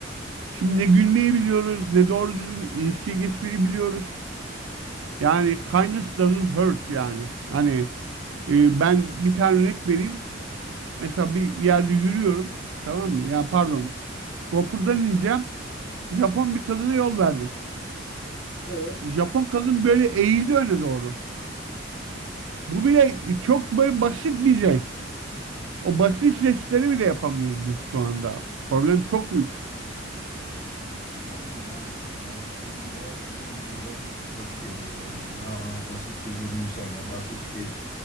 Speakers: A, on the right; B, on the left.
A: Şimdi ne gülmeyi biliyoruz, ne doğru düzgün ilişkiye geçmeyi biliyoruz. Yani kindness doesn't hurt yani. Hani e, ben bir tane örnek vereyim. Mesela bir yerde yürüyorum. Tamam mı? Yani pardon. Vapurdan ineceğim. Japon bir kadına yol verdim.
B: Evet.
A: Japon kadın böyle eğildi öne doğru. Bu bile çok böyle basit bir jest. O basit jestleri bile yapamıyoruz biz şu anda. Problem çok büyük.
B: Aynen abi. Yani onu bile onu bile çok görüyor yani. Ya basit bir gülümseme, basit bir